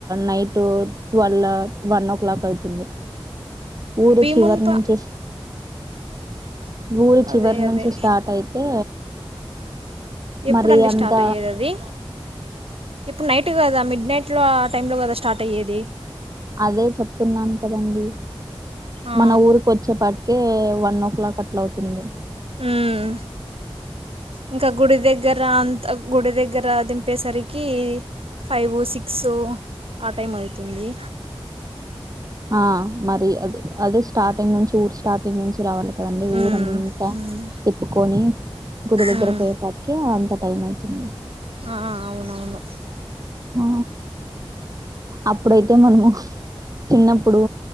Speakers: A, on the right; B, on the right.
A: night twelve one one o'clock అవుతుంది ఊరి
B: భీమున్
A: చివరి
B: పా
A: నుంచి ఊరి
B: అదే
A: చివరి నుంచి
B: అదే
A: స్టార్ట్ అయితే
B: ఎప్పుడండి
A: మరి అంత
B: స్టార్ట్ అయ్యేది అది ఇప్పుడు నై ట్ కదా మిడ్ నైట్ లో టైం లో కదా స్టార్ట్ అయ్యేది
A: అదే చెప్తున్నాను కదండి
B: ఆ
A: మన ఊరికి వచ్చేపాటికే వన్ ఓ క్లాక్ అట్లా అవుతుంది
B: మ్మ్ ఇంకా గుడి దగ్గర అంత గుడి దగ్ గర దింపేసరికి ఫైవ్ సిక్స్ ఆ టైం అయితుంది
A: ఆ మరి అది అదే స్టార్టింగ్ నుంచి ఊర్ స్టార్టింగ్ నుంచి రావాలి కదండి
B: మ్మ్
A: ఊరంతా
B: మ్మ్
A: తిప్పుకొని గుడి దగ్గర
B: మ్మ్
A: పోయేపాటికి అంత టైం అయితుంది
B: ఆ అవునవును
A: ఆ అప్పుడైతే మనము చిన్నప్పుడు